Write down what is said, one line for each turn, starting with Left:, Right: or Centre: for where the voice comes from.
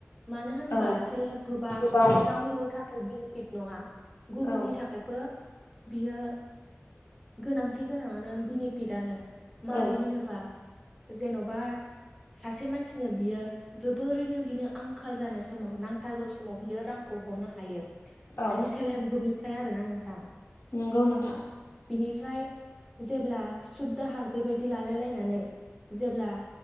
Centre: मानो होनबा
Left: औ
Centre: सेल्फ हेल्प ग्रुपआ
Left: गोबां
Centre: गावनिल' थाखाय बेनिफिट नङा गुबुननि
Left: औ
Centre: थाखायबो बियो गोनांथि गोनाङानो बेनिफिटआनो मारै
Left: औ
Centre: होनोबा जेन'बा सासे मानसिनो बियो जोबोरैनो बिनि आंखाल जानाय समाव नांथारगौ समाव बियो रांखौ हरनो हायो।
Left: औ
Centre: माने सेल्फ हेल्प ग्रुपनिफ्राय आरोना नोंथां
Left: नंगौ नोंथां
Centre: बिनिफ्राय जेब्ला सुद दाहार बेबायदि लालाय लायनानै जेब्ला